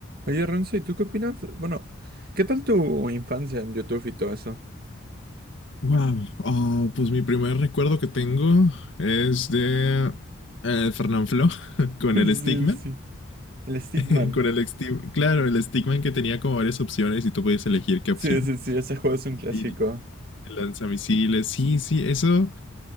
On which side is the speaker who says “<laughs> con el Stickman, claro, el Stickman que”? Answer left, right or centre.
Left